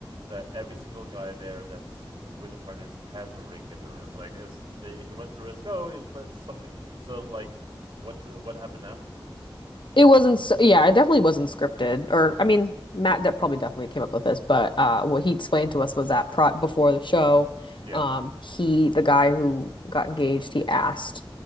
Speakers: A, on the right; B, on the left.
A: that every single guy there that's with the partners has a ring in them. It's like it's the, he went through his go. It's, it's something. So like, what what happened afterwards?
B: It wasn't, s- yeah, it definitely wasn't scripted. Or, I mean, Matt that probably definitely came up with this, but uh, what he explained to us was that pro before the show,
A: Yeah,
B: um, he, the guy who got engaged, he asked